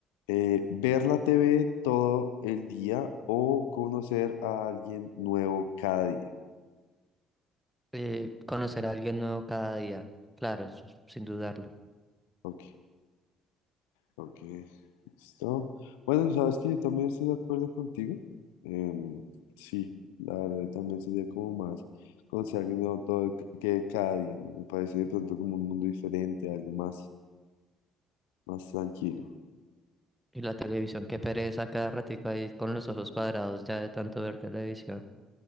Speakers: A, on the left (about 70°); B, in the centre.
A: eh, ver la TV todo el día o conocer a alguien nuevo cada día.
B: Eh, conocer a alguien nuevo cada día. Claro, eso es- sin dudarlo.
A: Ok, Ok, listo. Bueno, sabes que yo también estoy de acuerdo contigo. Em, sí, la verdad también sería como más conocer algo nuevo todo que que cada día, ¿no? Me parece de pronto como un mundo diferente, algo más, más tranquilo.
B: Y la televisión, qué pereza cada ratico ahí con los ojos cuadrados ya de tanto ver televisión.